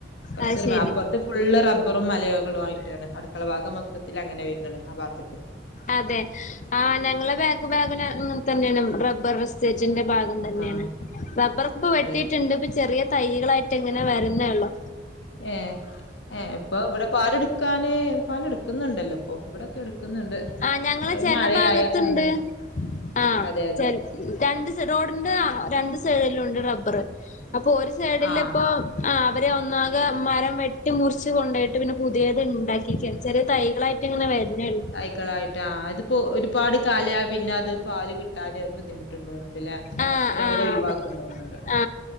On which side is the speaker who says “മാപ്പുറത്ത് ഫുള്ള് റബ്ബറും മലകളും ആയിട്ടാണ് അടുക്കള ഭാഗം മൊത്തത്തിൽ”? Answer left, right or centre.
Left